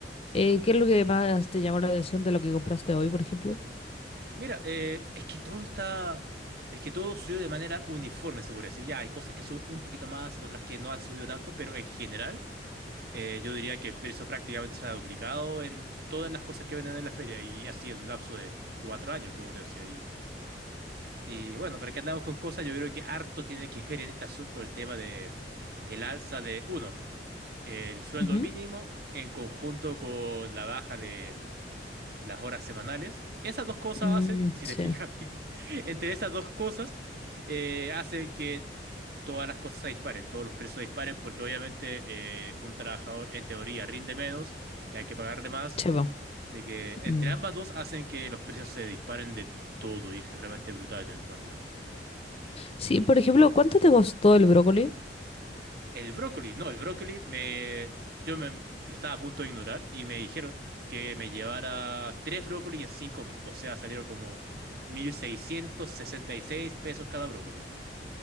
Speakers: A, on the left; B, on the right.
A: eh, ¿qué es lo que más te llamó la atención de lo que compraste hoy, por ejemplo?
B: Mira, eh, es que todo está, es que todo subió de manera uniforme, se podría decir. Ya hay cosas que suben un poquito más, otras que no han subido tanto, pero en general, eh, yo diría que el precio prácticamente se ha duplicado en todas las cosas que venden en la feria y ha sido en un lapso de cuatro años, como te decía. Y Y bueno, pero que andamos con cosas, yo creo que harto tiene que ver en este asunto el tema de el alza de, uno, el sueldo
A: Ujú.
B: mínimo en conjunto con la baja de las horas semanales. Esas dos cosas
A: Mm,
B: hacen, si
A: sí.
B: te fijas <laughs> bien, entre esas dos cosas eh, hacen que todas las cosas se disparen, todos los precios se disparen, porque obviamente eh, un trabajador en teoría rinde menos y hay que pagarle más.
A: Sí, po.
B: Así que entre
A: Mm.
B: ambas dos hacen que los precios se disparen de todo y es realmente brutal, yo encuentro.
A: Sí, por ejemplo, ¿cuánto te costó el brócoli?
B: El brócoli, no, el brócoli me, yo me, lo estaba a punto de ignorar y me dijeron que me llevara tres brócolis en cinco mil. O sea, salieron como 1.666 pesos cada brócoli.